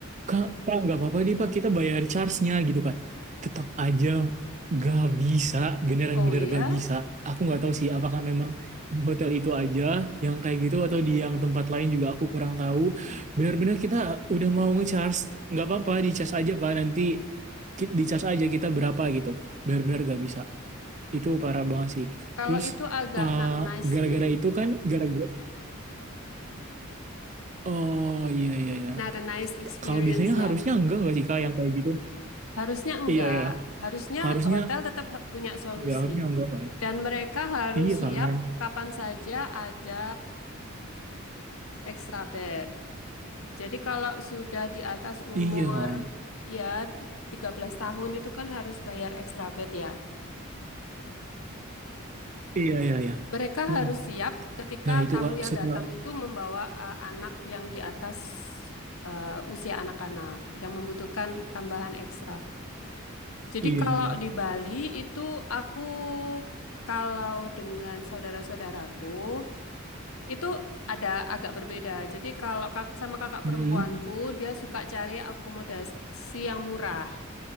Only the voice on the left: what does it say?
Oh iya,
kalau
itu agak
not nice
sih.
Not a nice experience
ya.
Harusnya enggak.
Harusnya
hotel tetap ha- punya solusi.
Dan mereka harus
siap
kapan saja ada extra bed. Jadi kalau sudah di atas umur
ya t- 13 tahun itu kan harus bayar extra bed ya.
Mereka
harus siap ketika
tamu
yang
datang itu membawa eh, anak yang di atas eh, usia anak-anak yang membutuhkan tambahan ekstra. Jadi
kalau
di Bali itu aku kalau dengan saudara-saudaraku itu ada agak berbeda. Jadi kalau kak sama kakak
perempuanku dia suka cari akomodasi yang murah.